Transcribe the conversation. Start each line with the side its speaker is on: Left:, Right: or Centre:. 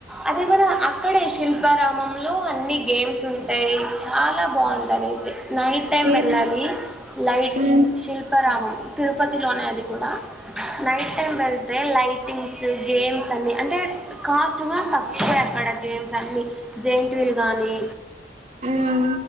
Centre: అదే కూడా అక్కడే శిల్పారామం లో అన్ని స్ ఉంటాయి చాలా బాగుంటుంది అయితే నైట్ టైం
Right: ఏం
Centre: వెళ్ళాలి లైట్
Right: మ్మ్
Centre: శిల్పారామం తిరుపతి లోనే అది కూడా నైట్ టైం వెళ్తే లైట్ థింగ్స్ గేమ్స్ అన్ని అంటే కాస్ట్ కూడా తక్కువే అక్కడ గేమ్స్ అన్నీ జైంట్ వీలు గానీ
Right: మ్మ్